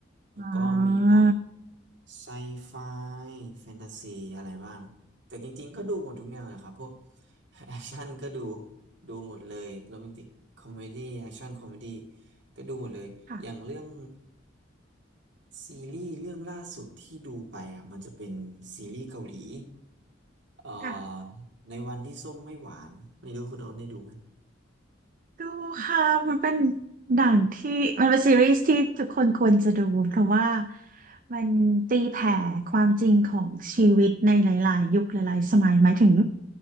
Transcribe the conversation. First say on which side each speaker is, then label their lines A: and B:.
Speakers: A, on the right; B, on the right.
A: แล้วก็มีพวก
B: อ่า
A: ไซไฟแฟนตาซีอะไรบ้างแต่จริงๆก็ดูหมดทุกแนวเลยครับพวกแอคชั่นก็ดูดูหมดเลยโรแมนติกคอมเมดี้แอคชั่นคอมเมดี้ก็ดูหมดเลยอย่างเรื่อง
B: ค่ะ
A: ซีรีส์เรื่องล่าสุดที่ดูไปอ่ะมันจะเป็นซีรีส์เกาหลีเอ่อในวันที่ส้มไม่หวานไม่รู้คุณโดนได้ดูไหม
B: ค่ะ ดูค่ะ มันเป็นหนังที่มันเป็นซีรีส์ที่ทุกคนควรจะดูเพราะว่ามันตีแผ่ความจริงของชีวิตในหลายๆ ยุคหลายๆ สมัยหมายถึง